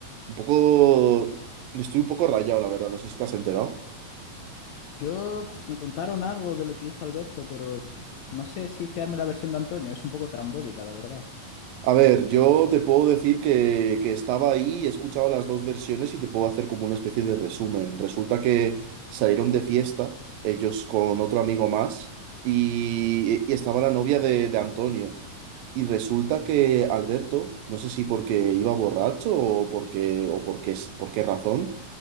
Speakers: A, on the right; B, on the left.
A: un poco... Estoy un poco rayado, la verdad. No sé si te has enterado.
B: Yo pf, me contaron algo de lo que hizo Alberto, pero pf, no sé si fiarme la versión de Antonio, es un poco trambólica, la verdad.
A: A ver, yo te puedo decir que, que estaba ahí, he escuchado las dos versiones y te puedo hacer como una especie de resumen. Resulta que salieron de fiesta, ellos con otro amigo más, y, y estaba la novia de, de Antonio. Y resulta que Alberto, no sé si porque iba borracho o porque, o porque, por qué razón,